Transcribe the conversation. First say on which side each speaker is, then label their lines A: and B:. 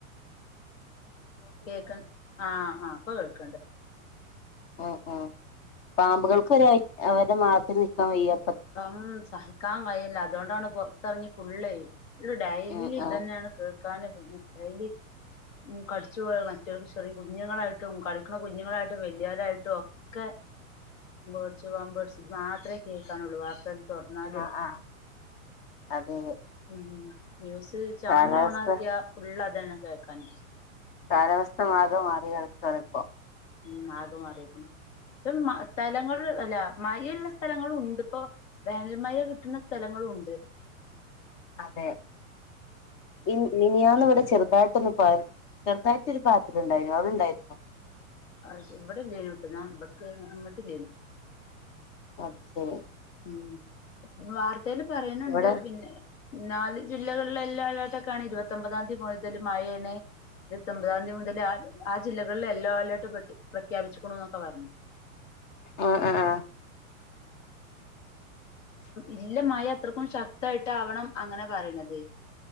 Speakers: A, on the left (about 60°); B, on the left (about 25°).
A: കേക്ക ആ ആ ഇപ്പൊ കേൾക്കണ്ട്
B: ഉം ഉം പാമ്പുകൾക്ക് വരെ അവരുടെ മാളത്തിൽ നിക്കാൻ വയ്യാ
A: ഉം സഹിക്കാൻ കഴിയില്ല അതുകൊണ്ടാണ് പുറത്ത് ഇറങ്ങി ഫുള്ള ഡൈലി
B: ഉം
A: ഇത്
B: ഉം
A: തന്നെയാണ് കേൾ- <unintelligible> ഡെയിലി ഉം കടിച്ചു പോയ മറ്റ ചെറിയ കുഞ്ഞുങ്ങളായിട്ടും കളിക്കണ കുഞ്ഞുങ്ങളായിട്ടും വല്യളായിട്ടും ഒക്കെ പാമ്പ് കടിച്ചു പാമ്പ് കടിച്ചു ഇത് മാത്രമേ കേ കേൾക്കാനൊള്ളു വാർ തുറന്നാൽ
B: ആഹ് ആഹ് അതെ അതെ
A: ഉം ന്യൂസ് ചാനല്
B: കാലാവസ്ഥ
A: ഓൺ ആക്കിയ ഫുൾ താണ് കേൾക്കനു
B: കാലാവസ്ഥ ആകെ മാറിയ കിടക്കണേ ഇപ്പൊ
A: ഉം ആകെ മാറിയിരിക്കുന്നു ഇപ്പം സ്ഥലങ്ങൾ അല്ല മഴയുള്ള സ്ഥലങ്ങളും ഉണ്ട് ഇപ്പോ വേനൽമഴ കിട്ടുന്ന സ്ഥലങ്ങളുണ്ട്
B: അതെ ഇ മിനിയാന്ന് ഇവിടെ ചെറുതായിട്ടൊന്ന് പോ ചെറുതായിട്ടൊരു ചാറ്റലുണ്ടായിരുന്നു അവിടെണ്ടായിരുന്ന
A: ആ ശെരി ഇവിടെ <unintelligible>
B: അത് ശരി
A: ഉം വാർത്തയിൽ പറയണ്ട്
B: ഇവിടെ
A: പിന്നെ നാല് ജില്ലകളിൽ എല്ലാം അലെ ഇരുപത്തിഒമ്പപതാം തീയതി മുതൽ മഴയാണ് ഇരുപത്തിമ്പതാം തീയതി മുതൽ ആ ജില്ലകളിൽ യെല്ലോ അലേർട്ട് പ്രഖ്യാപിച്ചിക്കണ എന്നൊക്കെ പറഞ്ഞു
B: ആ ആ ആ
A: ഇല്ല മഴ അത്രക്കും ശക്തായിട്ടാവണം അങ്ങനെ പറയുന്നത്